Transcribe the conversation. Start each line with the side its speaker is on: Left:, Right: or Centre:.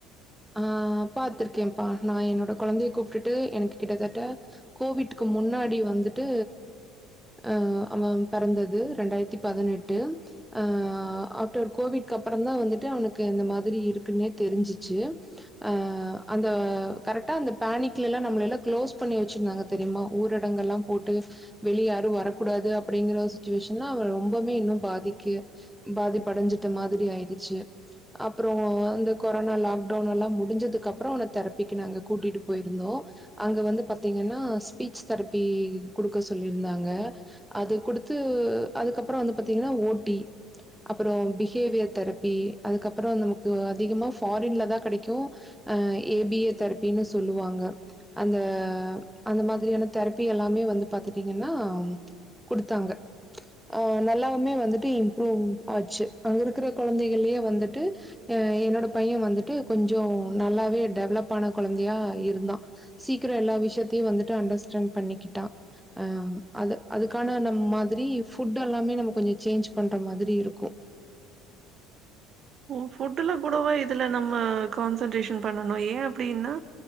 Centre: ஆ பாார்த்திருக்கேன்ப்பா நான் என்னோட குழந்தைய கூப்பிட்டுட்டு எனக்கு கிட்டத்தட்ட கோவிட்கு முன்னாடி வந்துட்டு ஆ அவன் பிறந்தது ரெண்டாயிரத்தி பதினெட்டு ஆ ஆஃப்டர் கோவிட்கு அப்புறம தான் வந்துட்டு அவனுக்கு இந்தந்த மாதிரி இருக்குன்னே தெரிஞ்சிச்சு ஆ அந்த கரெக்டா அந்த பேனிக்ல எல்லாம் நம்மள எல்லாம் க்ளோஸ் பண்ணி வச்சிருந்தாங்க தெரியுமா ஊரடங்க எல்லாம் போட்டு வெளிய யாரும் வரக்கூடாது அப்படிங்கிற சுச்சுவேஷன்லாம் அவ ரொம்பவுமே இன்னும் பாதிக்கு பாதிப்படைஞ்சுிட்ட மாதிரி ஆயிடுச்சு அப்புறம் அந்த கொரோனா லாக்ட ன் எல்லாம் முடிஞ்சதுக்குப்புறம் உன தரப்பு பக்குங்க கூட்டிட்டு போயிருந்தோம் அங்க வந்து பத்து <inaudible> ஸ்பீச் தெரபி குடுக்க சொல்லி இருந்தாங்க அது குடுத்து அதுக்கப்புறம் வந்து பாத்தீங்கன்னா ஓட்டி அப்புறம் பிஹேவியர் தெரபி அதுக்கு அப்புறம் நமக்கு அதிகமா ஃபாரின்ல தான் கெடைக்கும் ஏபிஏ தரப்பின்னு சொல்லுவாங்க அந்த அந்த மாதிரியான தெரப்பி எல்லாமே வந்து பாத்துட்டீங்கன்னா கொடுத்தாங்க ஆ நல்லாமே வந்துட்டு இம்ப்ரூவ் ஆச்சு அங்க இருக்கிற குழந்தைகள்யே வந்துட்டு ஆ என்னோட பையன் வந்துட்டு கொஞ்சம் நல்லாவே டெவலப் ஆன கொழந்தையா இருந்தான் சீக்கிரம் எல்லா விஷயத்தையும் வந்துட்டு அண்டர்ஸ்டாண்ட் பண்ணிக்கிட்டான் அஹ் அது அதுக்கான நம் மாதிரி ஃபுட் எல்லாமே நம்ம கொஞ்சம் சேஞ்ச் பண்ற மாதிரி இருக்கும்
Right: ஓ ஃபுட்டு்லாம் கூடவா இதுல நம் ம கான்சென்ட்ரேஷன் பண்ணோ னும் ஏன் அப்டின்னா